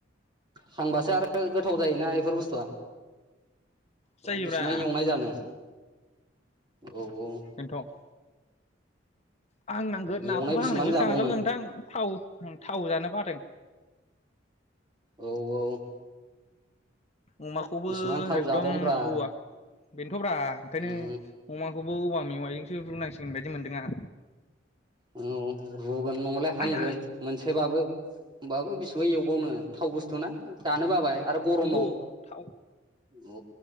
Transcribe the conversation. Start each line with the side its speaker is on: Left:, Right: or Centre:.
Right: थांबासो आरो गोथाव जायोना इफोर बुस्थुआ
Left: जायोब्रा
Right: बेसेबां एवनाय जानो? औ औ
Left: बेनोथ' हांनांगोन नाखौबो
Right: एवनाय बेसेबां
Left: हांनायखौसो
Right: जाबावनो
Left: जानांगोन नोंथां थाव थाव जानो बादों <inaudible>
Right: औ औ
Left: अमाखौबो
Right: बेसेबां थाव
Left: एकदम
Right: जाबावनोब्रा
Left: <unintelligible> <unintelligible> थ'ब्रा ओंखायनो
Right: उम
Left: अमा खौबो औवा मेवाइोंसो रुनांसिगोन बायदि मोनदों आं
Right: औ रुगोन नंलाय हांगोन
Left: आयदै
Right: मोनसेबाबो <unintelligible> <unintelligible> एवबावनो थावबो स <unintelligible> जानो बाबाय
Left: <unintelligible>
Right: आरो गरमाव
Left: थाव
Right: औ